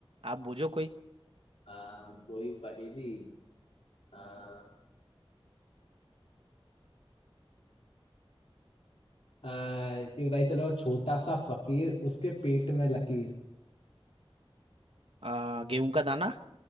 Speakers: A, on the right (about 75°); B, on the left (about 80°).
A: आप बूझो कोई
B: हाँ कोई पहेली हाँ आ, ये बताइए चलो छोटा सा फकीर उसके पेट में लकीर
A: आ, गेहूं का दाना